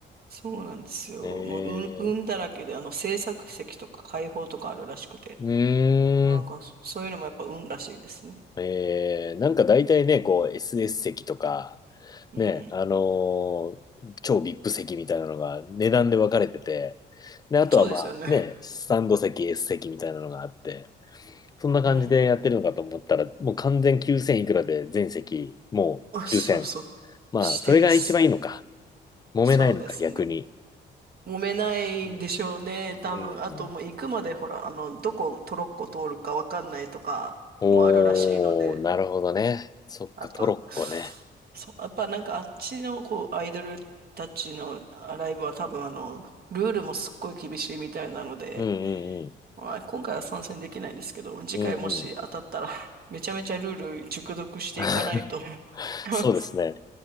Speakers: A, on the right; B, on the left.
A: そうなんですよ。
B: え
A: もう、運、運だらけで、あの、制作席とか開放とかあるらしくて。
B: ー、うーん。
A: なんか、そそういうのもやっぱ運らしいですね。
B: えー、なんか大体ね、こう SS 席とか、
A: うん。
B: ね、あのー超 VIP 席みたいなのが値段で分かれてて、で、あとはまあね、
A: そうですよね。
B: スタンド席、S 席みたいなのがあって、そんな感じでやってるのかと思ったら、
A: <laughs> うん。
B: もう完全9000いくらで全席、もう抽選。
A: あ、そうそう。
B: まあ、
A: 指定です。
B: それが一番いいのか。揉めないのか、
A: そうですね。
B: 逆に。
A: 揉めないんでしょうね。
B: うん。
A: 多分。
B: う
A: あともう行くまで、
B: ん、
A: ほら、あの、どこトロッコ通るかわかんないとかもあるらしいので。
B: おー、なるほどね。そっか、
A: あと、
B: トロッコね。
A: そう、やっぱなんかあっちのこうアイドルたちのあライブは多分あの、ルールもすっごい厳しいみたいなので、
B: うんうん
A: まあ、今回は参戦できないんですけど、次回もし当たったら
B: うん。うんうん。
A: <laughs> めちゃめちゃルール熟読していかないと
B: <laughs>
A: <laughs> あ
B: そうですね。